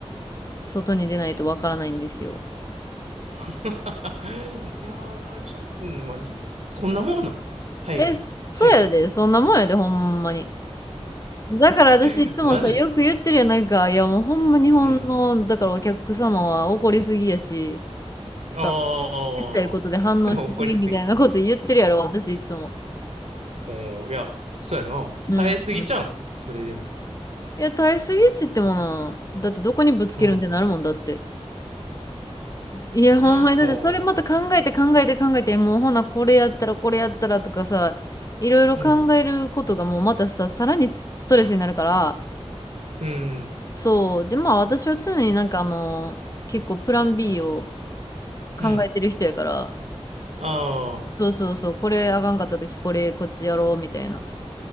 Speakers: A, on the left; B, on the right.
A: 外に出ないとわからないんですよ。
B: <laughs> いやー、ちゃ、うん、まあ、にそんなもんなん海外が。
A: え、そうやで、
B: 海外ってか。
A: そんなもんやで、ほんまに。だから私いつもさ、
B: <laughs> マジ
A: よく言ってるやなんか、いやもうほんま日本の、
B: うん。
A: だからお客様は怒りすぎやし、さ、
B: ああ、
A: ちっちゃいことで反応しすぎみたいなこと言ってるやろ、
B: <laughs> 怒りすぎ。
A: 私いつも。
B: おお、いや、そうやな。
A: うん、
B: 耐えすぎちゃうん。
A: うん。
B: それでも。
A: いや、耐えすぎっちってもの、だってどこにぶつけるんってなるもんだって。
B: うん。
A: いや、
B: <gasps>
A: ほんまに、だってそれまた考えて考えて考えて、
B: おお、
A: もうほな、これやったらこれやったらとかさ、いろいろ考えることがもうまたさ、
B: うん。
A: さらにストレスになるから、
B: うん。
A: そう。で、まあ私は常になんかあの、結構プラン B を考えてる人やから、
B: うん。ああ、
A: そうそうそう、これあがんかった時これこっちやろうみたいな。